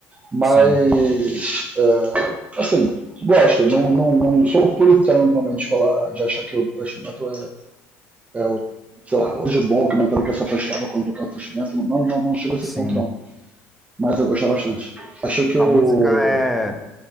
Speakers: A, on the right; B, in the centre.
A: Mas,
B: sim,
A: é, assim, gosto. Não, não, não sou puritano normalmente de falar, de achar que o thrash metal é, é o, sei lá, hoje bom que o Metallica só prestava quando tocava o thrash metal. Não, não, não chega a esse
B: sim.
A: ponto, não. Mas eu gostava bastante. Acho que
B: A
A: o
B: música é,